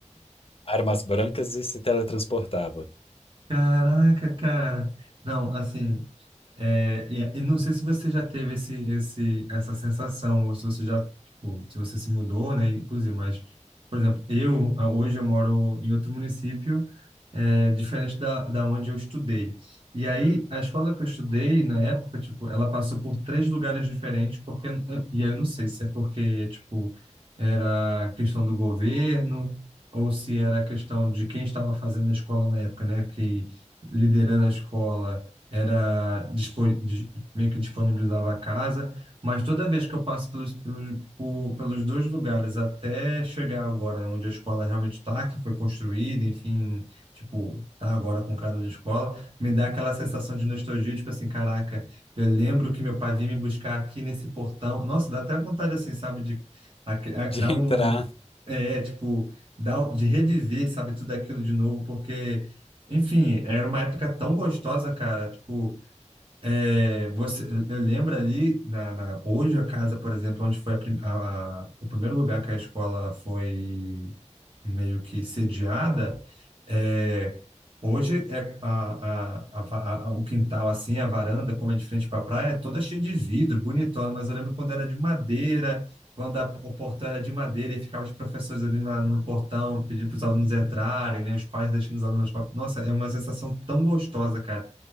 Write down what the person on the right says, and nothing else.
Caraca, cara. Não, assim. É, e e não sei se você já teve esse, esse, essa sensação, ou se você já, tipo, se você se mudou, né, inclusive, mas, por exemplo, eu, ah, hoje eu moro em outro município, é, diferente da, da onde eu estudei. E aí, a escola que eu estudei, na época, tipo, ela passou por três lugares diferentes, porque, e aí eu não sei se é porque, tipo, era questão do governo, ou se era questão de quem estava fazendo a escola na época, né, que liderando a escola era dispo- dis- meio que disponibilizava a casa, mas toda vez que eu passo pelos, pelos, por- pelos dois lugares até chegar agora onde a escola realmente está, que foi construída, enfim, tipo, tá agora com cara de escola, me dá aquela sensação de nostalgia, tipo assim, caraca, eu lembro que meu pai vinha me buscar aqui nesse portão. Nossa, dá até vontade assim, sabe, de aque- a-
dar um
é, tipo, dá, um- de reviver, sabe, tudo aquilo de novo, porque enfim, era uma época tão gostosa, cara. Tipo, é, você, eu lembro ali, na, na- hoje a casa, por exemplo, onde foi a prim- a- a- o primeiro lugar que a escola foi meio que sediada, é, hoje é a, a, a va- a- o quintal assim, a varanda, como é de frente para a praia, é toda cheia de vidro, bonitona, mas eu lembro quando era de madeira, quando a- o portão era de madeira e ficavam os professores ali na- no portão pedindo para os alunos entrarem, né, os pais deixando os alunos fora. Nossa, é uma sensação tão gostosa, cara.